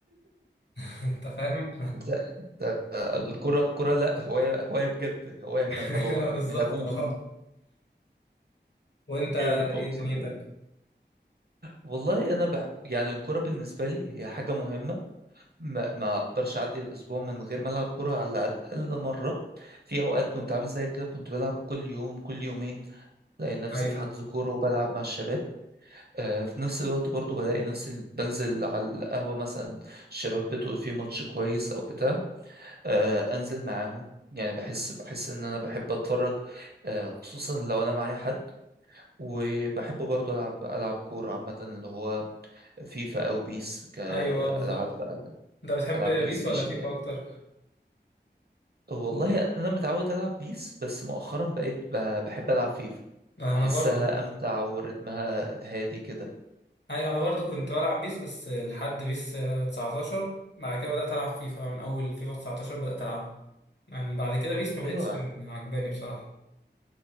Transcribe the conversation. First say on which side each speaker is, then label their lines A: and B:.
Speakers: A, on the left; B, on the right.
A: <laughs> انت فاهم
B: ده- ده الكرة الكرة لا هواية هواية بجد هواية من
A: <laughs>
B: أبو
A: بالظبط
B: من أبوه
A: اه وانت
B: جامد
A: ايه
B: أقسم
A: دنيتك
B: بالله والله أنا بحب يعني الكرة بالنسبة لي هي حاجة مهمة ما, ما أقدرش أعدي الأسبوع من غير ما ألعب كرة على الأقل مرة في أوقات كنت عامل زي كده كنت بلعب كل يوم كل يومين بلاقي نفسي
A: ايوه
B: في حجز كورة وبلعب مع الشباب آه، في نفس الوقت برضو بلاقي نفسي بنزل على القهوة مثلا الشباب بتقول فيه ماتش كويس أو بتاع آه، انزل معاهم يعني بحس بحس ان انا بحب اتفرج آه، خصوصا لو انا معايا حد وبحب برضه العب العب كوره عامه اللي هو فيفا او بيس كالعاب
A: ايوه بالظبط انت بتحب
B: العاب
A: بيس
B: بلاي ستيشن
A: ولا فيفا
B: يعني
A: اكتر
B: والله انا متعود العب بيس بس مؤخرا بقيت ب- بحب العب فيفا
A: انا
B: بحسها
A: برضو
B: امتع ورتمها هادي كده
A: ايوه انا برضو كنت بلعب بيس بس لحد بيس آه، 19 بعد كده بدأت العب فيفا من اول فيفا 19 بدأت العبها يعني بعد كده بيس ما بقتش
B: ايوه
A: عجباني بصراحة